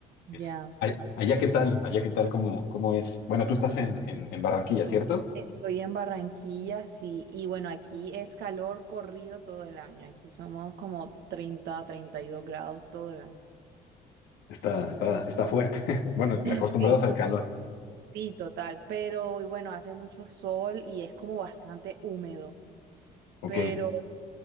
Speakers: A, on the right; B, on the left.
A: Ya.
B: Es- ay- allá qué tal, allá qué tal, cómo, cómo es. Bueno, tú estás en, en- en Barranquilla, ¿cierto?
A: Estoy en Barranquilla, sí. Y bueno, aquí es calor corrido todo el año. Aquí somos como 30, 32 grados todo el año.
B: Está, está,
A: Y-
B: está fuerte. <laughs> Bueno, que
A: <laughs>
B: acostumbrados al calor.
A: Sí, sí, total. Pero y bueno, hace mucho sol y es como bastante húmedo.
B: Ok,
A: Pero